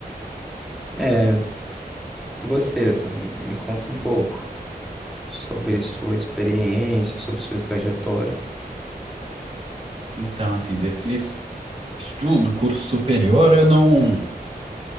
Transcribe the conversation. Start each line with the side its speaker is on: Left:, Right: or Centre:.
Centre: É, você assim, me me conta um pouco sobre sua experiência, sobre sua trajetória.
Right: Então, assim, desses estudo, curso superior, eu não.